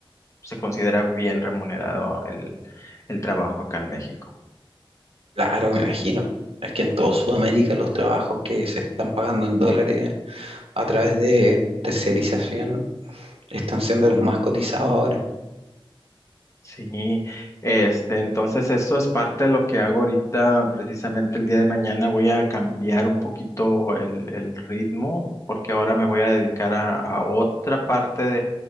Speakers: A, on the left; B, on the right.
A: se considera bien remunerado el, el trabajo acá en México.
B: Claro, me imagino. Es que en toda Sudamérica los trabajos que se están pagando en dólares a través de terciarización están siendo los más cotizados ahora.
A: Sí, este, entonces eso es parte de lo que hago ahorita, precisamente el día de mañana voy a cambiar un poquito el, el ritmo porque ahora me voy a dedicar a, a otra parte